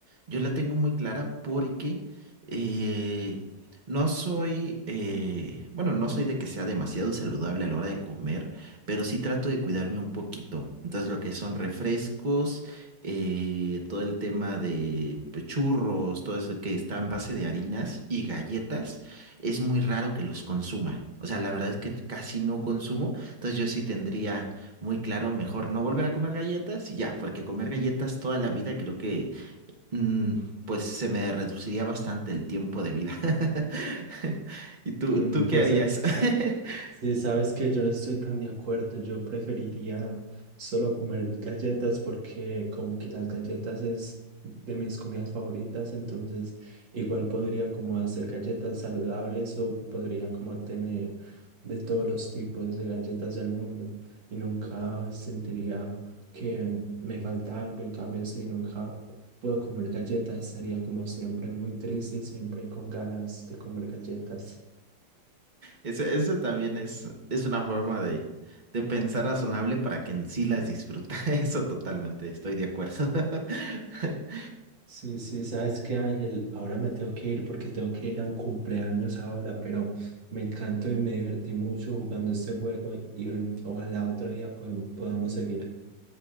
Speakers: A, on the right; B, on the right.
A: Yo la tengo muy clara porque eh, no soy, eh, bueno, no soy de que sea demasiado saludable a la hora de comer, pero sí trato de cuidarme un poquito. Entonces, lo que son refrescos, eh, todo el tema de pues, churros, todo eso que está en base de harinas y galletas, es muy raro que los consuma. O sea, la verdad es que casi no consumo, entonces yo sí tendría muy claro, mejor no volver a comer galletas y ya, porque comer galletas toda la vida creo que mm, pues se me reduciría bastante el tiempo de vida. <laughs> ¿Y tú,
B: Mm,
A: tú
B: pues
A: qué harías?
B: sa- sa-
A: <laughs>
B: Sí, sabes que yo no estoy tan de acuerdo. Yo preferiría solo comer galletas porque como que las galletas es de mis comidas favoritas, entonces igual podría como hacer galletas saludables o podría como tener de todos los tipos de galletas del mundo y nunca sentiría que me falta algo. En cambio, si nunca puedo comer galletas, estaría como siempre muy triste y siempre con ganas de comer galletas.
A: Eso, eso también es, es una forma de, de pensar razonable para que en sí las disfruta. <laughs> Eso totalmente, estoy de acuerdo. <laughs>
B: Sí, sí, sabes qué, Ángel, ahora me tengo que ir porque tengo que ir a un cumpleaños ahora, pero me encantó y me divertí mucho jugando este juego y mm, ojalá otro día pues, podamos seguir.